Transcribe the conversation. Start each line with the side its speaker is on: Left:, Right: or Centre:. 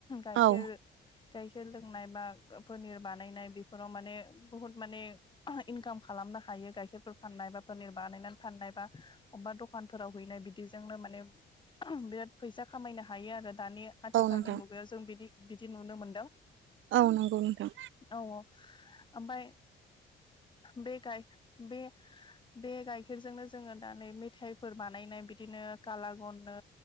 Left: गाइखेर
Right: औ
Left: गाइखेर लोंनाय बा पनिर बानायनाय बेफोराव माने बुहुद माने इनकाम खालामनो हायो गाइखेरफोर फाननाय बा पनिर बानायनानै फाननाय बा अबेबा दखान फोराव हैनाय बिदिजोंनो माने बिराद फैसा खामायनो हायो आरो दानि आथिखालनि
Right: औ नोंथां
Left: मु बो जों बिदि बिदि नुनो मोनदों
Right: औ नंगौ नोंथां
Left: औ औ ओमफ्राय बे गाय बे बे गाइखेरजोंनो जोङो दा नै मेथाइफोर बानायनाय बिदिनो काला गननो